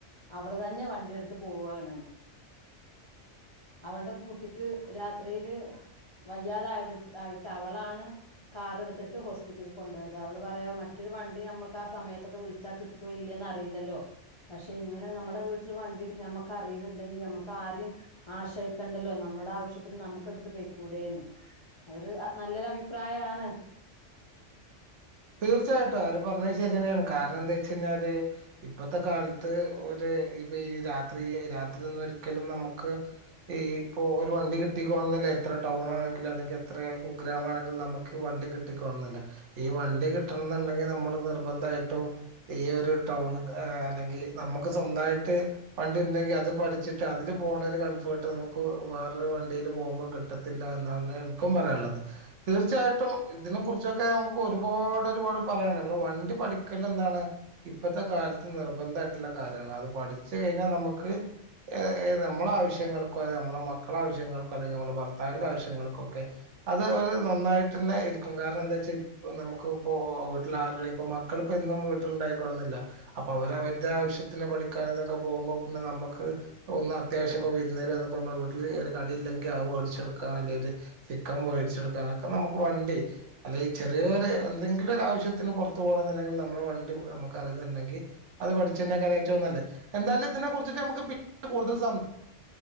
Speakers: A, on the left; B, on the right.
A: അവള് തന്നെ വണ്ടിയെടുത്ത് പുവ്വാണ്. അവൾടെ കുട്ടിക്ക് രാത്രീല് വയ്യാതായതിട്ട് ആയിട്ട് അവളാണ് കാറ് എടുത്തിട്ട് ഹോസ്പിറ്റലി കൊണ്ടൊയത് അവള് പറ എ മറ്റൊരു വണ്ടി ഞമ്മക്ക് ആ സമയത്തക്ക വ്ൾച്ചാ കിട്ടോ ഇല്ലേ ന്നറീലല്ലോ. പക്ഷെ ഇങ്ങനെ ന്നമ്മടെ വ്ട്ട്ല് വണ്ടി ഞമ്മക്ക് അറിയിണ് ണ്ടെങ്കി ഞമ്മക്കാരിം ആശ്രയിക്കണ്ടല്ലോ ന്നമ്മടാവശ്യത്തിന് ന്നമ്മക്കെടുത്ത് പെയ്ക്കൂടേന്ന്. അതൊര് അ ന്നല്ലൊരഭിപ്രായാണ്.
B: തീർച്ചയായിട്ടും അവര് പർഞഅ്‌ ശെരിന്നേണ് കാര്ണംന്തൊയ്ച്ചയ്ഞാല് ഇപ്പത്തക്കാൽത്ത് ഒര് ഇപ്പ ഈ രാത്രി രാത്രിന്നും ഒരിക്കലും നമുക്ക് ഈ പ്പോ ഒര് വണ്ടി കിട്ടിക്കോണന്നില്ല എത്ര ടൗണ് ആണെങ്കിലും അല്ലെങ്കി എത്ര കുഗ്രാമാണെങ്കിലും ന്നമുക്ക് വണ്ടി കി ട്ടിക്കോളന്നില്ല ഈ വണ്ടി കിട്ടണന്ന്ണ്ടെങ്കി ന്നമ്മള് നിർബന്തായിട്ടും ഈ ഒര് ടൗണ്ക്ക് അല്ലെങ്കി ന്നമ്മക്ക് സ്വന്തായിട്ട് വണ്ടിണ്ടെങ്കി അത് പഠിച്ചിട്ട് അതില് പോണ ഒരു കൺഫേർട്ട് നമുക്ക് വേറൊരു വണ്ടീല് പോവുംമ്പോ ക്ട്ട ത്തില്ലാ എന്നാണ് ഇൻക്കും പറയാള്ളത് തീർച്ചായിട്ടും ഇതിനെക്കുറിച്ചൊക്കെ ന്നമുകൊരു പാടൊരുപാട് പറയാണ്ട്‌ മ്മള് വണ്ടി പഠിക്കലന്താണ്? ഇപ്പത്ത കാൽത്ത് നിർബന്തായിട്ട്ള്ള കാര്യാണ് അത് പഠിച്ച് കയ്ഞ്ഞാ ന്നമുക്ക് ഏ ഏ ന്നമ്മളാവശ്യങ്ങൾക്കോ ന്നമ്മളെ മക്കളാവശ്യങ്ങൾക്കോ അല്ലെങ്കി ന്നമ്മടെ ഭർത്താവിന്റെ ആവശ്യ ങ്ങൾക്കൊക്കെ അത് അത് ന്നന്നായിട്ടന്നെ ഇര്ക്കും കാര്ണന്താച്ചാ പ്പൊ നമുക്ക്പ്പോ വീട്ട്ലാരും ഇപ്പ മക്കൾപ്പോ എന്നും വീട്ട്ല്ണ്ടായിക്കൊളണംന്നില്ല. അപ്പൊ അവര് അവര്ടെ ആവശ്യത്തിന് പഠിക്കാനിതിനൊക്കെ പോവുംമ്പോ പിന്നെ ന്നമ്മക്ക് ഒന്ന് അത്യാവശ്യപ്പോ വിര്ന്നേര് വന്നപ്പോ മ്മടെ വീട്ടില് ഒരു കടില്ലെങ്കി അത് വേട്ച്ചെടുക്കാ അല്ലേല് ചിക്കം വേട്ച്ചൊട്ക്കാനൊക്കെ നമുക്ക് വണ്ടി അല്ലെയ് ചെറീയേര് എന്തെങ്കിലൊരാവശ്യത്തിന് പൊർത്തു പോകണന്നുണ്ടെങ്കി ന്നമ്മള വണ്ടി ഞമ്മക്കറീന്ന്ണ്ടെങ്കി അത് പഠിച്ചന്നെക്കാരം ഏറ്റവും ന്നല്ലേ എന്താലും ഇതിനെ കുറിച്ചിട്ട് ഞമ്മക്ക് പി കൂടുതൽ സം